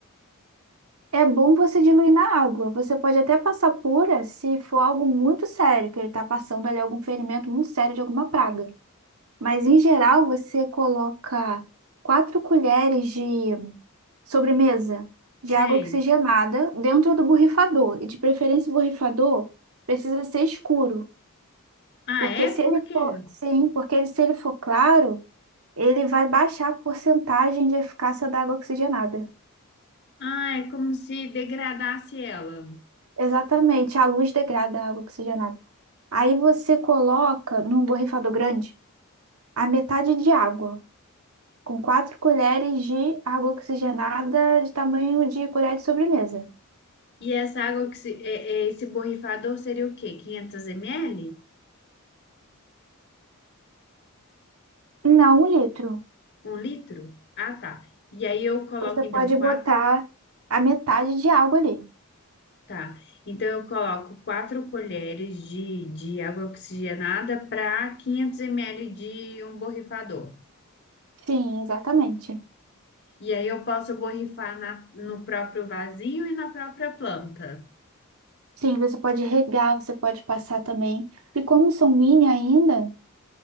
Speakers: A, on the right; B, on the left.
A: É bom você diluir na água. Você pode até passar pura se for algo muito sério, que ele está passando ali algum ferimento muito sério de alguma praga. Mas em geral você coloca quatro colheres de sobremesa de
B: Sei.
A: água oxigenada dentro do borrifador. E de preferência o borrifador precisa ser escuro,
B: Ah,
A: porque
B: é?
A: se
B: Por
A: ele
B: quê?
A: for, sim, porque ele- se ele for claro, ele vai baixar a porcentagem de eficácia da água oxigenada.
B: Ah, é como se degradasse ela.
A: Exatamente, a luz degrada a água oxigenada. Aí você coloca num borrifador grande a metade de água. com quatro colheres de água oxigenada de tamanho de colher de sobremesa.
B: E essa água que se, é- é esse borrifador seria o quê? 500 ml?
A: Não, um litro.
B: Um litro? Ah, tá. E aí eu coloco
A: Você pode
B: então
A: botar
B: quatro,
A: a metade de água ali.
B: tá? Então eu coloco quatro colheres de, de água oxigenada para 500 ml de um borrifador.
A: Sim, exatamente.
B: E aí eu posso borrifar na, no próprio vasinho e na própria planta.
A: Sim, você pode regar, você pode passar também. E como são mini ainda,